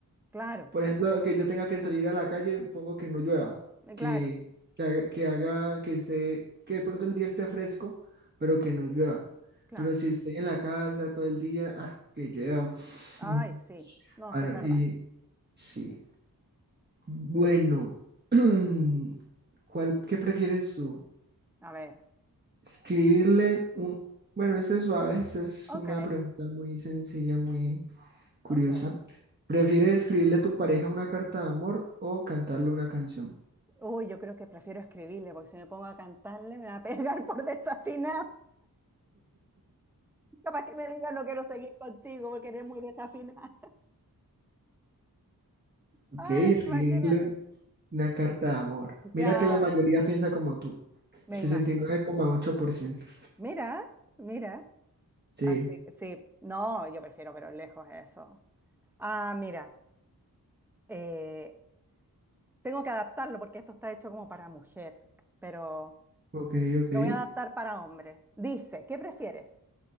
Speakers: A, in the centre; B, on the right.
A: Claro,
B: Por ejemplo, que yo tenga que salir a la calle, pongo que no llueva,
A: eh,
B: que,
A: claro,
B: que haga, que haga que esté, que de pronto el día esté fresco, pero que no llueva.
A: claro.
B: Pero si estoy en la casa todo el día, ah, que llueva.
A: Ay,
B: <laughs>
A: sí. No,
B: Bueno,
A: sí es verdad.
B: y sí. Bueno, <clears throat> ¿cuál, qué prefieres tú?
A: A ver.
B: Escribirle un, bueno, esta es suave, esta es
A: Ok,
B: una pregunta muy sencilla, muy curiosa.
A: ok.
B: ¿Prefieres escribirle a tu pareja una carta de amor o cantarle una canción?
A: Uy, yo creo que prefiero escribirle, porque si me pongo a cantarle me va a pegar por desafinar. <laughs> Capaz que me diga no quiero seguir contigo porque eres muy desafinada. <laughs>
B: Ok,
A: Ay,
B: escribirle
A: imagínate.
B: un- una carta de amor. Mira
A: Claro,
B: que la mayoría piensa como tú,
A: me
B: el sesenta
A: imagino.
B: y nueve coma ocho por ciento.
A: Mira, mira.
B: Sí,
A: Así que sí, no, yo prefiero, pero lejos eso. Ah, mira, eh, tengo que adaptarlo porque esto está hecho como para mujer, pero
B: ok, ok.
A: lo voy a adaptar para hombre. Dice, ¿qué prefieres?